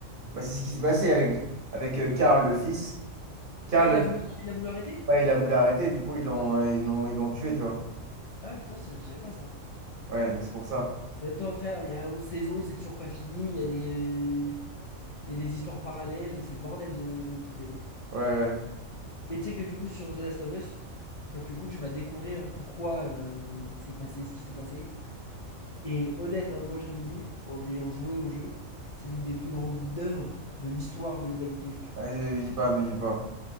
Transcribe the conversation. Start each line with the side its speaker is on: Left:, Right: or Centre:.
Right: Bah, c'est ce qui s'est passé avec, avec euh, Karl, le fils. Karl,
Left: Ah, il a voulu, il a voulu arrêter?
Right: ouais, il a voulu arrêter, du coup, ils l'ont euh, ils l'ont ils l'ont tué, tu vois.
Left: Ah putain, ça- je savais pas ça.
Right: Ouais, c'est pour ça.
Left: En même temps, frère, il y a 11 saisons, c'est toujours pas fini, il y a des, il y a des histoires parallèles, c'est le bordel, The, The Walking Dead. hein.
Right: Ouais, ouais.
Left: Mais tu sais que du coup, sur The Last of Us, enfin, du coup, tu vas découvrir pourquoi euh, il s'est passé ce qui s'est passé. Et honnête, hein, moi je te le dis, en ayant joué au jeu, c'est l'une des plus grandes œuvres de l'histoire de l'humanité, frère.
Right: Vas-y, me dis pas, me dis pas.